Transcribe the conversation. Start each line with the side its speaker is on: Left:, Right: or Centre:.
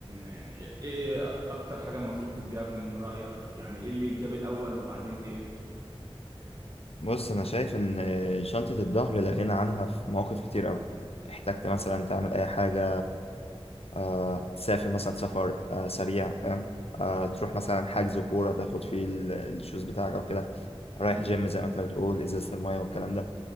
Right: آه، ايه اكتر حاجة المفروض تتجاب من رأيك يعني ايه اللي يتجاب الاول وبعدين
Left: بص انا شايف ان شنطة الظهر لا غنى عنها في مواقف كتير قوي احتجت مثلا تعمل اي حاجة آه، تسافر مثلا سفر آه، سريع فاهم آه، تروح مثلا حجز كورة تاخد فيه ال- الشوز بتاعك او كده رايح
Right: ايه
Left: جيم زي ما انت بتقول ازازة المية والكلام ده